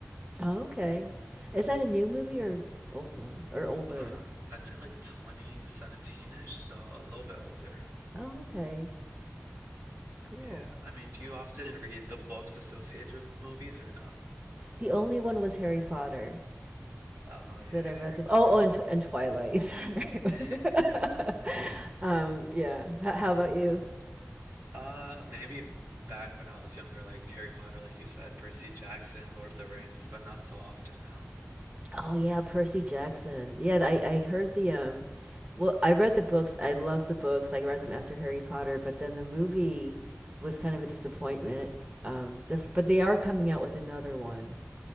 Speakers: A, on the right; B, on the right.
A: Oh, okay. Is that a new movie or old one or older?
B: Uh, I'd say like 2017-ish, so a little bit older.
A: Oh, okay. Cool.
B: Yeah, I mean, do you often read the books associated with movies or no?
A: The only one was Harry Potter
B: Oh yeah,
A: that I read
B: Harry
A: the.
B: Potter
A: Oh,
B: is
A: oh, and, Tw and Twilight. <laughs> Sorry. <laughs>
B: great. <laughs>
A: Um, yeah. H how about you?
B: Uh, maybe back when I was younger, like Harry Potter, like you said, Percy Jackson, Lord of the Rings, but not so often now.
A: Oh yeah, Percy Jackson. Yeah, I I heard the um well, I read the books. I love the books. I read them after Harry Potter, but then the movie was kind of a disappointment. Um, the, but they are coming out with another one,